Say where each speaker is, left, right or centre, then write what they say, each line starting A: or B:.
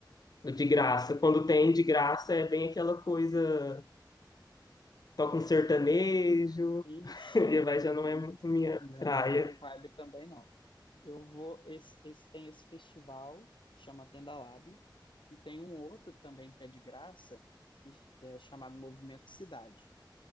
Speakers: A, on the left; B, on the left.
A: de graça. Quando tem de graça é bem aquela coisa, toca um sertanejo,
B: Ixi,
A: <laughs> e
B: aí não,
A: vai já
B: <laughs>
A: não é muito minha
B: Não é
A: praia.
B: muito minha vibe também, não. Eu vou. Esse, esse tem esse festival, chama Tenda Lab, e tem um outro também que é de graça, que, que é chamado Movimento Cidade.